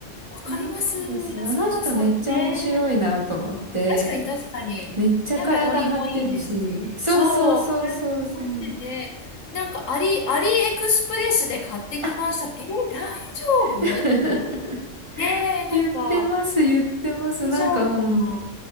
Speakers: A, on the left; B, on the right.
A: わかりますいや、
B: その人です。あの人めっちゃ面白いなと思って、
A: サラさんね。確かに確かに。
B: めっちゃ体張ってるし。
A: なんかノリもいいですし。
B: そうそうそうそうそう。
A: そう、体も張ってて、なんかアリ、アリエクスプレスで買ってきました。
B: あ
A: えー、大丈夫
B: <laughs>
A: ねえ、なんか、
B: 言ってます、言ってます。
A: 大丈夫かな
B: なんか、うん。